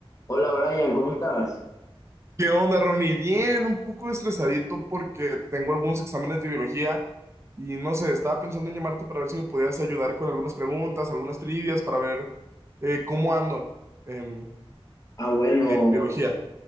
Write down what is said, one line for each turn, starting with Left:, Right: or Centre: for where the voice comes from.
Left: Hola Brian, ¿cómo estás?
Right: ¿Qué onda, Ronnie? Bien, un poco estresadito porque tengo algunos exámenes de biología y no sé, estaba pensando en llamarte para ver si me podías ayudar con algunas preguntas, algunas trivias para ver eh, cómo ando en,
Left: Ah, bueno,
Right: en biología.